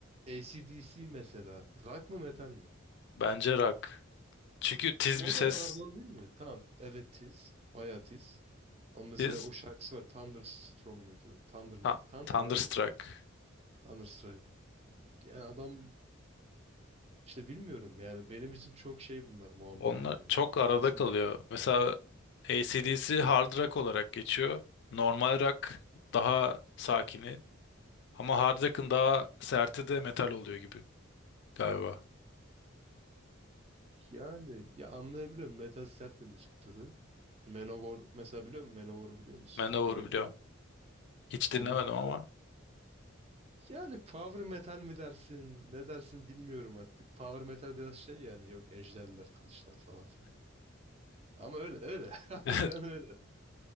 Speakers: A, on the right (about 30°); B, on the left (about 55°).
A: AC/DC mesela rock mı metal mi?
B: bence rock. Çünkü tiz
A: Ama
B: bir
A: o
B: ses.
A: da bağırmalı değil mi? Tamam. Evet tiz. Bayağı tiz. Ama mesela
B: Tiz.
A: o şarkısı var. Thunderstorm muydu? Thunder mıydı?
B: Ha,
A: Thunder
B: Thunderstruck.
A: aynen. Thunderstrike. Yani adam işte bilmiyorum yani benim için çok şey bunlar muamma
B: Onlar
A: yani.
B: çok arada
A: Kesin
B: kalıyor.
A: diyemiyorum.
B: Mesela AC/DC hard rock olarak geçiyor. Normal rock daha sakini. Ama hard rock'ın daha serti de metal oluyor gibi galiba.
A: Yani ya anlayabiliyorum metal sert bir müzik türü. Manowar mesela biliyor musun? Manowar'u biliyor musun?
B: Manowar
A: Öyle
B: biliyorum.
A: bir grup var.
B: Hiç
A: Onlar
B: dinlemedim ama.
A: da- yani power metal mi dersin? Ne dersin bilmiyorum artık. Power metal biraz şey yani yok ejderler, kılıçlar falan filan. Ama öyle öyle. <laughs> Harbiden
B: <laughs>
A: öyle.